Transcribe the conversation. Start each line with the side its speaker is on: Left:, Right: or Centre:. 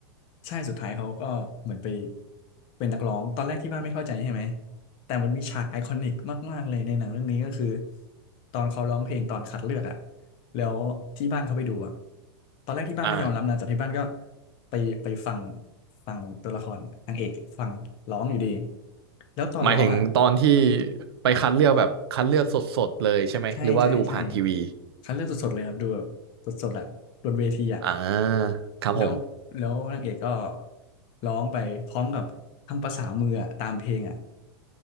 Left: ใช่สุดท้ายเขาก็เหมือนไปเป็นนักร้องตอนแรกที่บ้านไม่เข้าใจใช่ไหมแต่มันมีฉากไอคอนิกมากๆเลยในหนังเรื่องนี้ก็คือตอนเขาร้องเพลงตอนคัดเลือกอะแล้วที่บ้านเขาไปดูอะตอนแรกที่บ้านไม่ยอมรับนะแต่ที่บ้านก็
Right: อ่า
Left: ไปไปฟังฟังตัวละครนางเอกฟังร้องอยู่ดีแล้วตอนร้องอะ
Right: หมายถึงตอนที่ไปคัดเลือกแบบคัดเลือกสดๆเลยใช่ไหมหรือว่าดูผ่านทีวี
Left: ใช่ใช่ใช่คัดเลือกสดๆเลยครับดูแบบสดๆอะบนเวทีอะ
Right: อ่าครับผม
Left: แล้วแล้วนางเอกก็ร้องไปพร้อมกับทำภาษามืออะตามเพลงอ่ะ